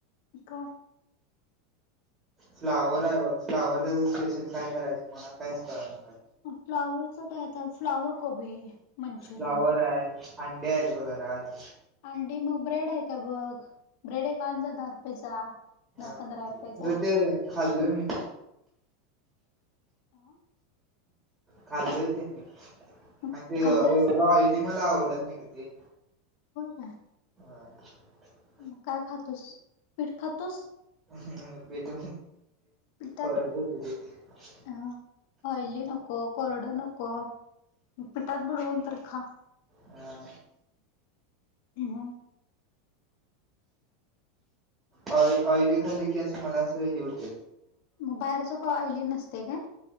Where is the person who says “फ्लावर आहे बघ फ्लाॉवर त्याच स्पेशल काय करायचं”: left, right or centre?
Right